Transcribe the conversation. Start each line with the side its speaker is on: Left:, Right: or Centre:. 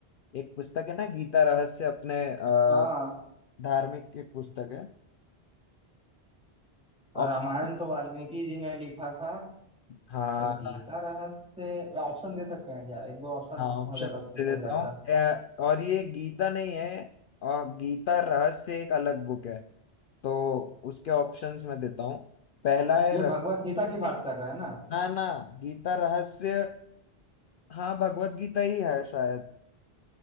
Left: एक पुस्तक है ना गीता रहस्य अपने अ,
Centre: हाँ हाँ
Left: धार्मिक एक पुस्तक है ऑप्शन
Centre: रामायण तो वाल्मीकि जी ने लिखा था
Left: हाँ
Centre: गीता रहस्य या ऑप्शन दे सकते हैं क्या एक दो ऑप्शन
Left: हाँ ऑप्शन
Centre: हो जाता तो
Left: दे
Centre: सही
Left: देता
Centre: रहता
Left: हूँ अ, और ये गीता नहीं है और गीता रहस्य एक अलग बुक है तो उसके ऑप्शंस मैं देता हूँ पहला है
Centre: ये
Left: रह...
Centre: भगवत गीता की बात कर रहे हैं ना
Left: ना ना गीता रहस्य हाँ भगवत गीता ही है शायद